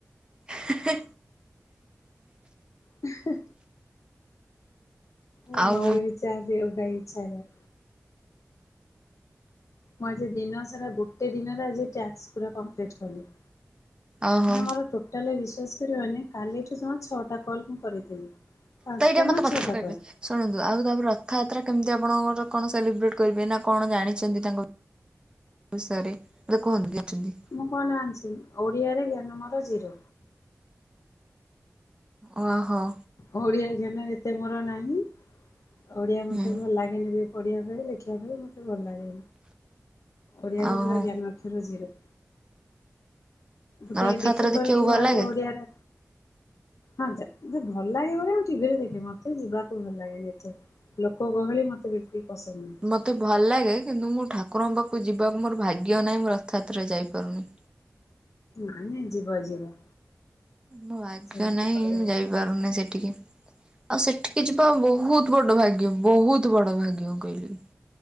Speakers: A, on the right (about 15°); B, on the left (about 70°).
A: ହେ ହେ।
B: ହେ ହେ ମୁଁ
A: ଆଉ
B: ମରିବି ଚାହା ପିଇବାକୁ କାଇଁ ଇଚ୍ଛା ହେଲାଣି। ମୁଁ ଆଜି ଦିନ ସାରା ଗୋଟେ ଦିନରେ ଆଜି ଟାସ୍କ ପୁରା କଂପ୍ଲିଟ୍ କଲି।
A: ଓହୋ
B: ମାନେ ମୋର ଟୋଟାଲି ବିଶ୍ୱାସ କରିବନି କାଲିଠୁ ଜମା ଛ ଟା କଲ କରିଥିଲି। ପାଞ୍ଚଟା
A: ତ ଏଇଟା ମତେ
B: ନା
A: ପଛରେ
B: ଛଅଟା
A: କହିବେନି।
B: କଲ୍
A: ଶୁଣନ୍ତୁ ଆଉ ତାପରେ ରଥଯାତ୍ରା କେମିତି ଆପଣଙ୍କର କଣ ସେଲିବ୍ରେଟେ୍ କରିବେ ନା କଣ ଜାଣିଛନ୍ତି ତାଙ୍କ ଓ ସରୀ ଏବେ କୁହନ୍ତୁ ଯିଏ ଅଛନ୍ତି?
B: ମୁଁ କଣ ଯାଣିଛି ଓଡ଼ିଆରେ ଜ୍ଞାନ ମୋର ଜିରୋ।
A: ଓହୋ।
B: ଓଡିଆ ଜ୍ଞାନ ଏତେ ମୋର ନାହିଁ ଓଡିଆ ମତେ
A: ହୁଁ
B: ଭଲ ଲାଗେ। କିନ୍ତୁ ବି ପଢ଼ିବା ପାଇଁ ଲେଖିବା ପାଇଁ ମତେ ଭଲ ଲାଗେ। ଓଡ଼ିଆରେ
A: ଓହୋ
B: ପୁରା ଜ୍ଞାନ ଅକ୍ଷର ଜିରୋ। ଗୋଟେ
A: ରଥଯାତ୍ରା
B: ଡିଫିକଲ୍ଟ
A: ଦେଖିବାକୁ ଭଲ
B: ୱାର୍ଡ
A: ଲାଗେ?
B: ଓଡ଼ିଆରେ ହଁ ଯେ ଯେଭଲ ଲାଗେ ବୋଲି ମୁଁ ଟିଭିରେ ଦେଖେ ମତେ ଯିବାକୁ ଭଲ ଲାଗେନି ଏତେ। ଲୋକ ଗହଳି ମତେ ବିଲକୁଲ୍ ପସନ୍ଦ ନୁହଁ।
A: ମୋତେ ଭଲ ଲାଗେ କିନ୍ତୁ ମୁଁ ଠାକୁରଙ୍କ ପାଖକୁ ଯିବାକୁ ମୋର ଭାଗ୍ୟ ନାହିଁ ମୁଁ ରଥଯାତ୍ରା ଯାଇପାରୁ ନାହିଁ।
B: ନାହିଁ ଯିବ ଯିବ।
A: ଭାଗ୍ୟ
B: ସେମିତି
A: ନାହିଁ
B: କହିହବନି।
A: ମୁଁ ଯାଇପାରୁନେହିଁ ସେଠିକି। ଆଉ ସେଠିକି ଯିବା ବହୁତ ବଡ ଭାଗ୍ୟ ବହୁତ ବଡ ଭାଗ୍ୟ ମୁଁ କଇଲି।